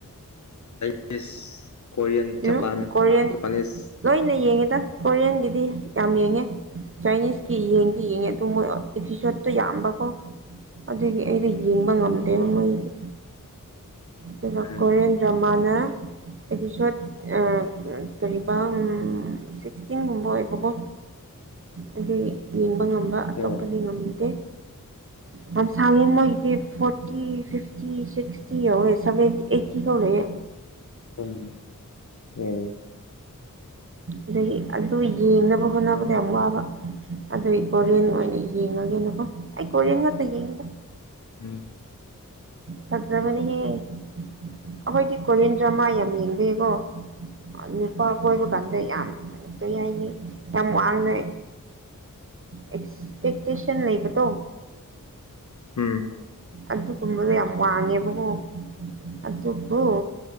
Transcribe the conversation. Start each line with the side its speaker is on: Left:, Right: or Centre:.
Left: ꯏꯁ ꯀꯣꯔꯤꯌꯟ ꯖꯄꯥꯟ
Right: ꯎꯝ ꯀꯣꯔꯤꯌꯟ
Left: ꯖꯄꯅꯤꯁ
Right: ꯂꯣꯏꯅ ꯌꯦꯡꯉꯦꯗ ꯀꯣꯔꯤꯌꯟꯒꯤꯗꯤ ꯌꯥꯝ ꯌꯦꯡꯉꯦ ꯆꯥꯏꯅꯤꯁꯀꯤ ꯌꯦꯡꯗꯤ ꯌꯦꯡꯉꯦꯗ <unintelligible> ꯑꯦꯐꯤꯁ‌‌ꯣꯠ ꯇꯨ ꯌꯥꯝꯕꯀꯣ ꯑꯗꯨꯒꯤ ꯑꯩꯗ ꯌꯦꯡꯕ ꯉꯝꯗꯦꯕ ꯃꯣꯏꯗꯤ ꯗꯨꯒ
Left: ꯎꯝ
Right: ꯀ‌ꯣꯔꯤꯌꯥꯟ ꯗꯔꯃꯥ ꯅ ꯑꯦꯄꯤꯁ‌ꯣꯇ ꯑ ꯀꯔꯤꯕꯥ ꯁꯤꯛꯁꯇꯤꯟ ꯒꯨꯝꯕ ꯑꯣꯏꯕꯀ‌ꯣ ꯑꯗꯨꯒꯤ ꯌꯦꯡꯕ ꯉꯝꯕ ꯑꯇꯣꯞꯄꯗꯤ
Left: ꯎꯝ
Right: ꯉꯝꯗꯦ ꯌꯥꯝ ꯁꯥꯡꯉꯦ ꯃꯣꯏꯒꯤꯗꯤ ꯐꯣꯔꯇꯤ ꯐꯤꯐꯇꯤ ꯁꯤꯛꯁꯇꯤ ꯌꯧꯋꯦ ꯁꯕ‌ꯦꯟ ꯑꯩꯠꯇꯤ ꯐꯥꯎ ꯂꯩꯌ‌ꯦ
Left: ꯎꯝ ꯑ‌ꯣ
Right: ꯑꯗꯒꯤ ꯑꯗꯨ ꯌꯦꯡꯅꯕ ꯍꯣꯠꯅꯕꯗ ꯌꯥꯝ ꯋꯥꯕ ꯑꯗꯨꯒꯤ ꯀꯣꯔꯤꯌꯟ ꯑꯣꯏꯅ ꯌꯦꯡꯉꯒꯦꯅꯀꯣ ꯑꯩ ꯀꯣꯔꯤꯌꯥꯟꯒꯠꯇ ꯌꯦꯏꯗ
Left: ꯎꯝ
Right: ꯍꯖꯕꯅꯤ ꯍ‌‌ꯦ ꯑꯩꯈꯣꯏꯗꯤ ꯀꯣꯂꯟ ꯗ꯭ꯔꯃꯥ ꯌꯥꯝ ꯌꯦꯡꯕꯤꯌꯦꯀꯣ ꯅꯨꯄꯥ ꯀꯣꯏꯕ ꯀꯥꯟꯗ ꯌꯥꯝ ꯀꯩ ꯍꯥꯏꯅꯤ ꯌꯥꯝ ꯋꯥꯡꯅ ꯑꯦꯛꯁꯄꯦꯛꯇꯦꯁꯟ ꯂꯩꯕ ꯇ
Left: ꯎꯝ
Right: ꯑꯗꯨꯒꯨꯝꯕꯗꯣ ꯌꯥꯝ ꯋꯥꯡꯉꯦꯕꯀꯣ ꯑꯗꯨꯕꯨ